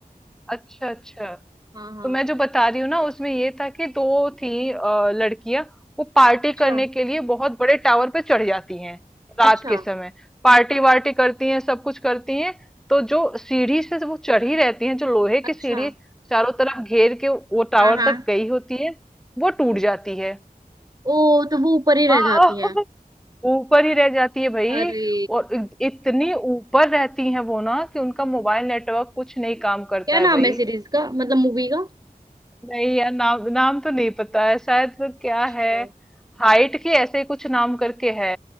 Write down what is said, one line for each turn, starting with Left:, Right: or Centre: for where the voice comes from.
Centre: अच्छा अच्छा
Right: हाँ हाँ
Centre: तो मैं जो बता रही हूँ ना उसमें ये था कि दो थी अ, लड़कियां वो पार्टी
Right: अच्छा
Centre: करने के लिए बहुत बड़े टावर पे चढ़ जाती हैं रात
Right: अच्छा
Centre: के समय पार्टी वार्टी करती हैं सब कुछ करती हैं तो जो सीढ़ी से वो चढ़ी रहती हैं जो लोहे की
Right: अच्छा
Centre: सीढ़ी चारों तरफ घेर के वो टावर
Right: हाँ हाँ
Centre: तक गई होती है वो टूट जाती है
Right: ओ तो वो ऊपर ही रह
Centre: हाँ
Right: जाती
Centre: <laughs>
Right: है
Centre: ऊपर ही रह जाती है भाई
Right: अरे
Centre: और इत- इतनी ऊपर रहती है वो ना कि उनका मोबाइल नेटवर्क कुछ नहीं काम करता
Right: क्या
Centre: है
Right: नाम
Centre: भाई
Right: है सीरीज का मतलब मूवी का
Centre: नहीं यार नाम नाम तो नहीं पता है शायद वो क्या
Right: अच्छा
Centre: है हाइट के ऐसे ही कुछ नाम करके है